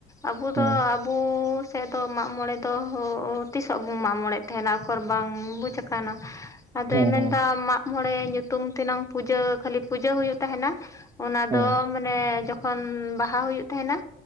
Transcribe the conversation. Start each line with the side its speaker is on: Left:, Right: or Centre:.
Left: ᱟᱵᱚ
Right: ᱦᱮᱸ
Left: ᱫᱚ ᱟᱵᱚ ᱥᱮᱫ ᱫᱚ ᱢᱟᱜᱽ ᱢᱚᱬᱮ ᱫᱚ ᱛᱤᱥᱚᱜ ᱵᱚᱱ ᱢᱟᱜᱽ ᱢᱚᱬᱮ ᱛᱟᱦᱮᱱᱟ ᱟᱠᱚᱨᱮ? ᱵᱟᱝ ᱵᱩᱡᱽ ᱟᱠᱟᱱᱟ᱾ ᱟᱫᱚᱭ
Right: ᱦᱮᱸ
Left: ᱢᱮᱱ ᱮᱫᱟ ᱢᱟᱜ ᱢᱚᱬᱮ ᱧᱩᱛᱩᱢ ᱛᱮᱱᱟᱝ ᱯᱩᱡᱟᱹ ᱠᱷᱟᱹᱞᱤ ᱯᱩᱡᱟᱹ ᱦᱩᱭᱩᱜ ᱛᱟᱦᱮᱱᱟ᱾ ᱚᱱᱟ
Right: ᱦᱮᱸ
Left: ᱫᱚ ᱢᱟᱱᱮ ᱡᱚᱠᱷᱚᱱ ᱵᱟᱦᱟ ᱦᱩᱭᱩᱜ ᱛᱟᱦᱮᱱᱟ᱾